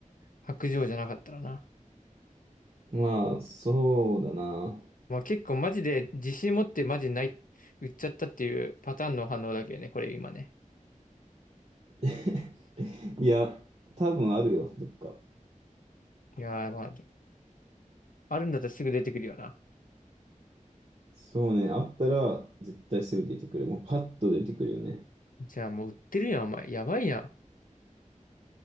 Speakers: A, on the left; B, on the right.
A: 白状じゃなかったらな。
B: まあ、そうだな。
A: まあ結構マジで自信持ってマジない、売っちゃったっていうパターンの反応だけどね、これ今ね。
B: <laughs> いや、多分あるよ、どっか。
A: いやーまあ、あるんだったらすぐ出てくるよな。
B: そうね、あったら絶対すぐ出てくる。もうパッと出てくるよね。
A: じゃあもう売ってるやん、お前。やばいやん。